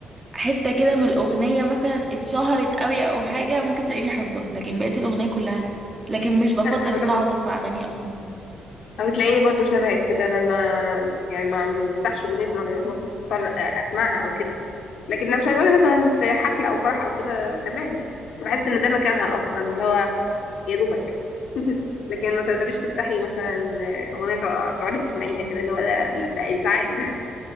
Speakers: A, on the right; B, on the left.
A: حتة كده من الاغنية مثلا اتشهرت قوي او حاجة ممكن تلاقيني حافظاها لكن بقيت الاغنية كلها لا لكن مش بفضل
B: آه، انا
A: ان انا اقعد اسمع اغاني اصلا
B: او تلاقيني برضو شبهك كده انا ما يعني ما ما بفتحش اغنيه مهرجانات مخصوص اتفرج اسمعها او كده لكن لو شغاله مثلا في حفله او فرح او كده تمام يعني بحس ان ده مكانها اصلا اللي هو يا دوبك <laughs> لكن ما تقدريش تفتحي مثلا اغنيه تق- تقعدي تسمعيها كده اللي هو ده لا ده ازعاج ده